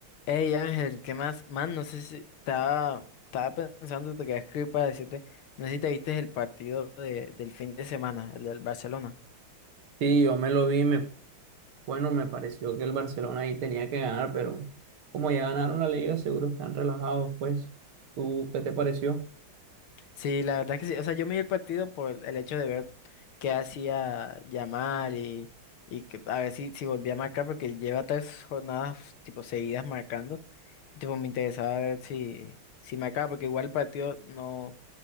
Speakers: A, on the left; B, on the right.
A: Hey Ángel, ¿qué más? Man, no sé si estaba, estaba pensando, te quería escribir para decirte, no sé si te viste el partido de- del fin de semana, el del Barcelona.
B: Sí, yo me lo vi, me, bueno, me pareció que el Barcelona ahí tenía que ganar, pero como ya ganaron la liga, seguro están relajados, pues. ¿Tú qué te pareció?
A: Sí, la verdad que sí, o sea, yo me vi el partido por el hecho de ver qué hacía Yamal y, y que, a ver si, si volvía a marcar, porque lleva tres jornadas tipo seguidas marcando. Tipo, me interesaba ver si, si marcaba, porque igual el partido no,